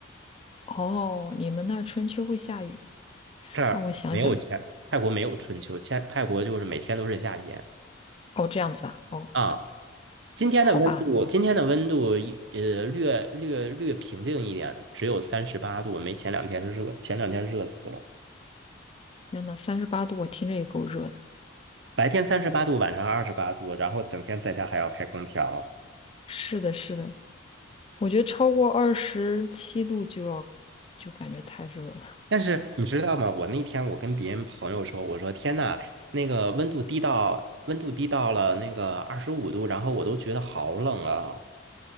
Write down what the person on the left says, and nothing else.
哦，你们那儿春秋会下雨？
让我想想。
哦，这样子啊。哦，
好吧。
天呐，三十八度，我听着也够热的。
是的，是的，我觉得超过二十七度就要，就感觉太热了，